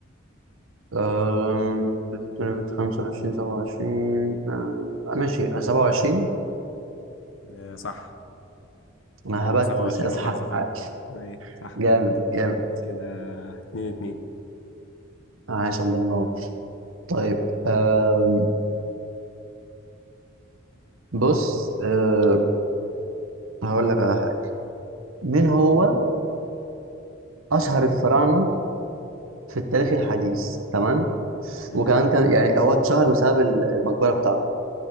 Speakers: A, on the right (about 85°); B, on the left (about 75°).
A: آه... 25 27 آه... ماشي 27
B: آه صح
A: انا
B: هم
A: هبت
B: سبعة
A: بس
B: وعشرين
A: هي صح
B: محافظة فعلا
A: عاش
B: ايه صح
A: جامد جامد
B: كده اتنين اتنين
A: عاش الله ينور طيب أم بص أه هقول لك على حاجه مين هو اشهر الفراعنه في التاريخ الحديث تمام
B: مم.
A: وكمان كان يعني هو اتشهر بسبب ال- المقبره بتاعته